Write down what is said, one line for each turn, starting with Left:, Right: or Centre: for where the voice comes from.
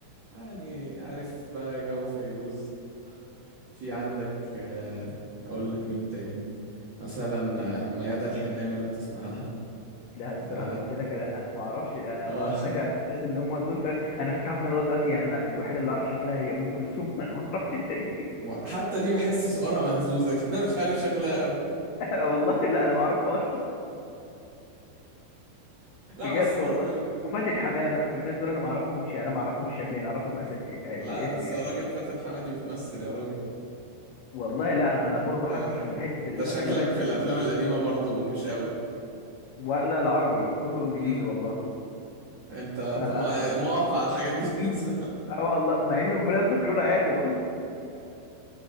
Right: يعني عارف بقى جو فيروز في عندك آه، اقول لك مين تاني مثلا آه، ميادة الحناوي لو تسمع عنها
Left: لا الصراحه
Right: ده
Left: انا قلت لك لا انا ما اعرفش انا
Right: اه
Left: معلوماتي
Right: <laughs>
Left: عن الناس اللي هم دول فانا انا تعرف ان انا لغايه دلوقتي يعني انا الوحيد اللي اعرف شكلها هي ام كلثوم <laughs> انا ما اعرفش التاني <laughs>
Right: حتى دي بحس صورها مهزوزة كده <laughs> مش عارف شكلها قوي
Left: والله لا انا ما اعرفهاش اصلا
Right: لا
Left: بجد
Right: بس برضو
Left: والله وفاتن حمامه والنس دول انا ما اعرفهمش يعني انا ما اعرفهمش شكليا انا اعرفهم أس... آه،
Right: لا
Left: بالاسم
Right: بس
Left: يعني
Right: يا راجل فاتن حمادي بتمثل يا راجل
Left: والله لا ما انا برضو
Right: ده,
Left: حتى في حته الافلام
Right: ده شكلك
Left: ال...
Right: في الافلام القديمة برضو مش قوي
Left: ولا العربي كله انجليزي
Right: امم
Left: والله
Right: انت انت
Left: ف
Right: مقاطع على الحاجات دي <laughs> بالنسبة
Left: اه والله مع اني من بلاد دكرور عادي والله